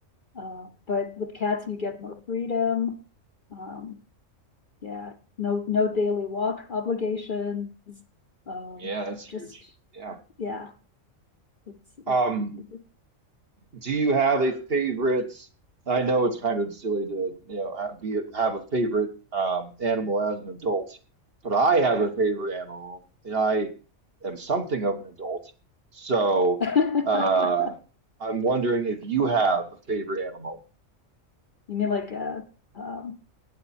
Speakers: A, on the left; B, on the right.
A: Uh, but with cats, you get more freedom. Um, yeah, no, no daily walk obligations. Um,
B: yeah, that's huge.
A: just
B: Yeah.
A: yeah, it's, it,
B: Um,
A: it- it.
B: do you have a favorite? I know it's kind of silly to, you know, ha- be have a favorite um, animal as an adult, but I have a favorite animal, and I am something of an adult. So,
A: <laughs>
B: uh, I'm wondering if you have a favorite animal.
A: you mean like a, um,